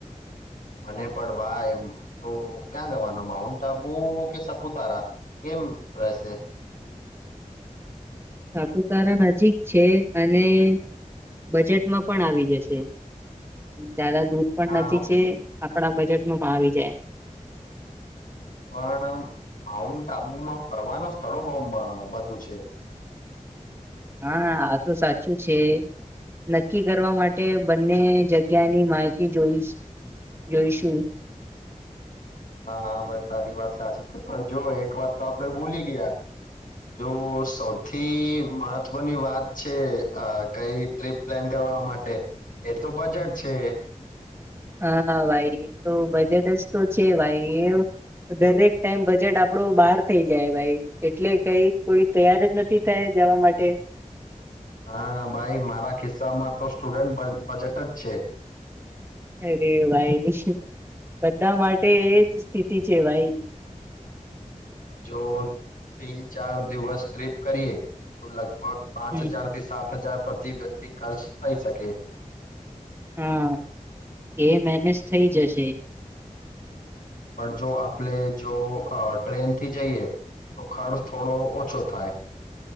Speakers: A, on the left; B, on the right.
A: મને પણ ભાઈ એમ તો ક્યાં ગવાનું માઉન્ટ આબુ કે સપુતારા કેમ રહેશે
B: સાપુતારા નજીક છે અને બજેટમાં પણ આવી જશે જાદા દૂર પણ
A: હા
B: નથી છે આપણા બજેટમાં પણ આવી જાય
A: પણ માઉન્ટ આબુમાં ફરવાનું સ્થળો બહુ બધું છે
B: હા આ તો સાચું છે નક્કી કરવા માટે બંને જગ્યાની માહિતી જોઈશ જોઈશું
A: હા ભાઈ તારી વાત સાચી પણ જો એક વાત તો આપડે ભૂલી ગયા જો સૌથી મહત મહત્વની વાત છે અ કઈ ટ્રીપ પ્લાન કરવા માટે એ તો બજેટ છે
B: હા ભાઈ તો બજેટ જ તો છે ભાઈ એ દરેક ટાઈમ બજેટ આપડું બહાર થઈ જાય ભાઈ એટલે કઈ કોઈ તૈયાર જ નથી થાય જવા માટે
A: હા ભાઈ મારા ખિસ્સામાં તો સ્ટુડન્ટ બજેટ જ છે
B: અરે ભાઈ બધા માટે એજ સ્થિતિ છે ભાઈ
A: જો તીન ચાર દિવસ ટ્રીપ કરીએ તો લગભગ પાંચ
B: હમ
A: હજાર થી સાત હજાર પ્રતિ વ્યક્તિ ખર્ચ થઈ શકે
B: હા એ મેનેજ થઈ જશે
A: પણ જો આપણે જો અ ટ્રેનથી જઈએ તો ખર્ચ થોડો ઓછો થાય